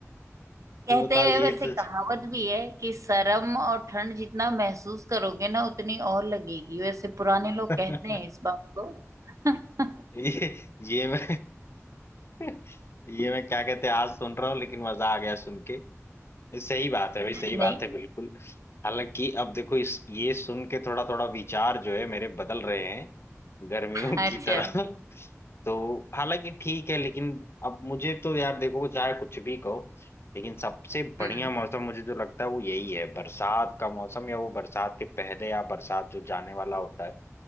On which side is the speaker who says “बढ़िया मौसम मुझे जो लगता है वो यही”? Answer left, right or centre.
Left